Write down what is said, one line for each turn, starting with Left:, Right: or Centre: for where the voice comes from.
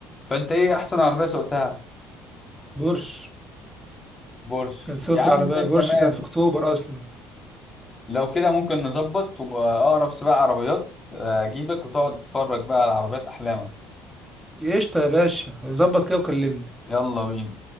Left: فانت ايه احسن عربيه سوقتها
Centre: بورش
Left: بورش
Centre: كان صوت
Left: يا عم
Centre: العربيه
Left: تمام
Centre: بورش كان في اكتوبر اصلا
Left: لو كده ممكن نظبط واقرب سباق عربيات آه، اجيبك وتقعد تتفرج بقى على عربيات احلامك
Centre: قشطة يا باشا ظبط كده وكلمني
Left: يلا بينا